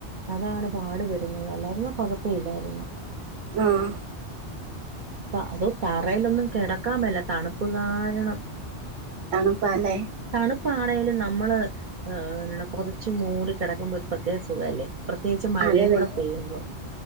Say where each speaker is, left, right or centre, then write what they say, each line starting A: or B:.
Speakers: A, on the right; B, on the right.
A: അതാണ് പാടു വരുന്നത് അല്ലായിരുന്ന കുഴപ്പ ഇല്ലായിരുന്നു
B: ആഹ്
A: ത അതോ തറയിലൊന്നും കിടക്കാമല്ല തണുപ്പ് കാരണം
B: തണുപ്പാല്ലേ
A: തണുപ്പാണെകിലും നമ്മള് ഏഹ് പൊതച്ചു മൂടി കിടക്കുമ്പോ ഒരു പ്രത്യേക സുഖാല്ലേ പ്രത്യേകിച്ച് മഴയും
B: അതേന്നെ
A: കൂടെ പെയ്യുമ്പോ